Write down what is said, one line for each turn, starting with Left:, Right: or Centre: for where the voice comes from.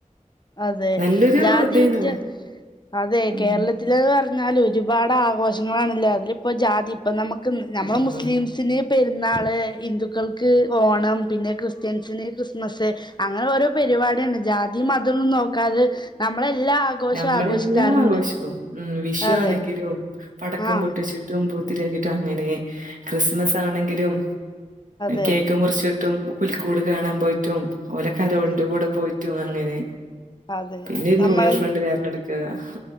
Left: അതെ
Right: നല്ലൊരു
Left: ജാതി
Right: ഇതേനു
Left: വിറ്റ് അതെ
Right: ഉം
Left: കേരളത്തിലത് അറിഞ്ഞ എന്നാലും ഒരുപാട് ആഘോഷങ്ങളാണല്ലേ അതില ഇപ്പോ ജാതി ഇപ്പ നമു <unintelligible> നമ്മെ
Right: ആഹ്
Left: മുസ്ലിംസിന് പെരുന്നാള് ഹിന്ദുക്കൾക്ക് ഓണം പിന്നെ ക്രിസ്ത്യൻസിന് ക്രിസ്മസ് അങ്ങനെ ഓരോ പരിപാടിയണ്ട് ജാതി മത തൊന്നും നോക്കാതെ ആഘോഷവും
Right: നമ്മളെല്ലാം
Left: ആഘോഷിക്കാറുണ്ട്
Right: ആഘോഷിക്കും ഉം വിഷു
Left: അതെ
Right: ആണെങ്കിലും പടക്കം
Left: ആഹ്
Right: പൊട്ട് ചുറ്റും പൂ ഒത്തിരിയാട്ടും അങ്ങനെ ക്രിസ്മസ് ആണെങ്കിലും
Left: അതെ
Right: കേക്കും മുറിച്ച കിട്ടും പുലിക്കൂട് കാണാൻ പോയിട്ടും ഓലെ കണ്ട് ഓന്റെ
Left: ഉം
Right: കൂടെ പോയിട്ടു അങ്ങനെ
Left: അതെ
Right: പിന്നെ ന്യൂ
Left: നമ്മ-
Right: ഇയർ ഫണ്ട് കരണടുക്കുക <unintelligible>